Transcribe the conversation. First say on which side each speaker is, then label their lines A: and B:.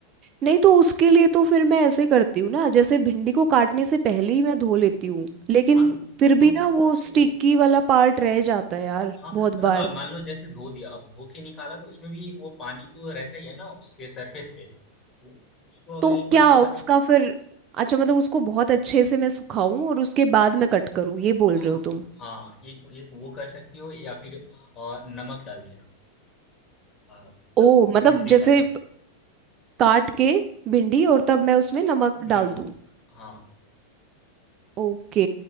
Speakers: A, on the right; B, on the left.
A: नहीं तो उसके लिए तो फिर मैं ऐसे करती हूँ ना जैसे भिंडी को काटने से पहले ही मैं धो लेती हूँ लेकिन
B: हाँ
A: फिर
B: तो
A: भी ना वो स्टिकी
B: वो
A: वाला पार्ट रह जाता है यार
B: हाँ
A: बहुत
B: मतलब
A: बार
B: अब मान लो जैसे धो दिया अब धो के निकाला तो उसमें भी वो पानी तो रहता ही है ना उसके सरफेस पे तो उसको अगर
A: तो
B: एक बार
A: क्या
B: थोड़ा
A: उसका
B: स-
A: फिर अच्छा मतलब उसको बहुत अच्छे से मैं सुखाऊं और उसके बाद मैं कट करूँ ये बोल
B: हाँ
A: रहे हो तुम
B: हाँ, एक एक वो कर सकती हो या फिर और नमक डाल देना आ,
A: ओ
B: तब
A: मतलब
B: भिंडी
A: जैसे
B: डाल के
A: काट के भिंडी और तब मैं उसमें नमक डाल
B: नमक
A: दूं
B: हाँ
A: ओके